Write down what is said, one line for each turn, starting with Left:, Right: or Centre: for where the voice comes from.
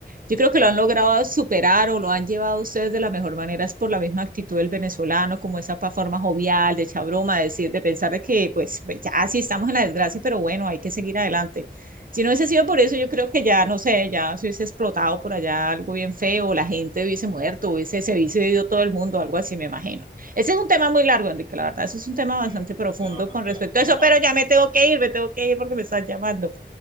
Right: Yo creo que lo han logrado superar o lo han llevado ustedes de la mejor manera es por la misma actitud del venezolano, como esa pa- forma jovial, de echar broma, de decir, de pensar de que pues pues, ya sí estamos en la desgracia, pero bueno, hay que seguir adelante. Si no hubiese sido por eso, yo creo que ya, no sé, ya se hubiese explotado por allá algo bien feo, la gente hubiese muerto, hubiese, se hubiese ido todo el mundo, algo así, me imagino. Ese es un tema muy largo, Enrique, la verdad, eso es un tema
Left: Sí,
Right: bastante
Left: sí,
Right: profundo
Left: queda bastante
Right: con respecto
Left: largo.
Right: a
Left: Es
Right: eso,
Left: más,
Right: pero ya me tengo que ir, me tengo que ir porque me están llamando.